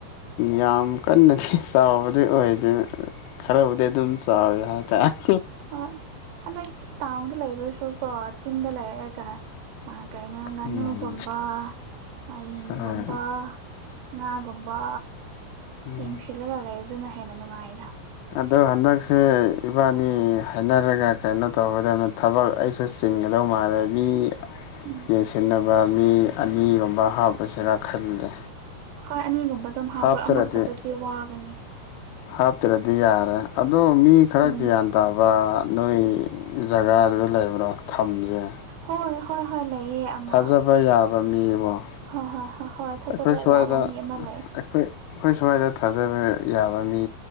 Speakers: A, on the left (about 80°); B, on the right (about 80°).
A: ꯌꯥꯝ ꯀꯟꯅꯗꯤ ꯆꯥꯎꯕꯗꯤ ꯑꯣꯏꯗꯦ ꯈꯔꯕꯨꯗꯤ ꯑꯗꯨꯝ ꯆꯥꯎꯋꯦ ꯍꯥꯏꯇꯥꯔꯦ
B: ꯍꯣꯏ ꯍꯟꯗꯛꯇꯤ ꯇꯥꯎꯟꯗ ꯂꯩꯕ꯭ꯔꯁꯨ ꯀꯣ ꯆꯤꯡꯗ ꯂꯩꯔꯑꯒ ꯀꯩꯅꯣ ꯉꯥꯅꯨꯒꯨꯝꯕ
A: ꯎꯝ
B: ꯑꯌꯟꯒꯨꯝꯕ
A: ꯍꯣꯏ
B: ꯉꯥꯒꯨꯝꯕ
A: ꯎꯝ
B: ꯌꯦꯡꯁꯤꯜꯂꯒ ꯂꯩꯕꯗꯨꯅ ꯍꯦꯟꯅ ꯅꯨꯡꯉꯥꯏꯅ
A: ꯑꯗꯣ ꯍꯟꯗꯛꯁꯦ ꯏꯕꯥꯅꯤ ꯍꯥꯏꯅꯔꯒ ꯀꯩꯅꯣ ꯇꯧꯒꯗꯕꯅ ꯊꯕꯛ ꯑꯩꯁꯨ ꯆꯤꯡꯒꯗꯧꯕ ꯃꯥꯔꯕꯤ
B: ꯎꯝ
A: ꯌꯦꯡꯁꯤꯟꯅꯕ ꯃꯤ ꯑꯅꯤꯒꯨꯝꯕ ꯍꯥꯞꯄꯁꯤꯔ ꯈꯜꯂꯦ
B: ꯍꯣꯏ ꯑꯅꯤꯒꯨꯝꯕ ꯑꯗꯨꯝ ꯍꯥꯞꯄ꯭ꯔꯣ
A: ꯍꯥꯞꯇ꯭ꯔꯗꯤ
B: ꯑꯃꯈꯛꯇꯗꯤ ꯋꯥꯒꯅꯤ
A: ꯍꯥꯞꯇ꯭ꯔꯗꯤ ꯌꯥꯔꯦ ꯑꯗꯣ ꯃꯤ ꯈꯔ
B: ꯎꯝ
A: ꯒ꯭ꯌꯥꯟ ꯇꯥꯕ ꯅꯣꯏ ꯖꯒꯥꯗꯨꯗ ꯂꯩꯕ꯭ꯔꯣ ꯊꯝꯁꯦ
B: ꯍꯣꯏ ꯍꯣꯏ ꯍꯣꯏ ꯂꯩꯑ ꯑꯃ
A: ꯊꯥꯖꯕ ꯌꯥꯕ ꯃꯤꯕꯣ
B: ꯍ ꯍꯣꯏ ꯍꯣꯏ ꯊꯥꯖꯕ
A: ꯑꯩꯈꯣꯏ ꯁ꯭ꯋꯥꯏꯗꯈꯣꯏ
B: ꯌꯥꯕ ꯃꯤ ꯑꯃ ꯂꯩ
A: ꯑꯩꯈꯣꯏ ꯁ꯭ꯋꯥꯏꯗ ꯊꯥꯖꯕ ꯌꯥꯕ ꯃꯤ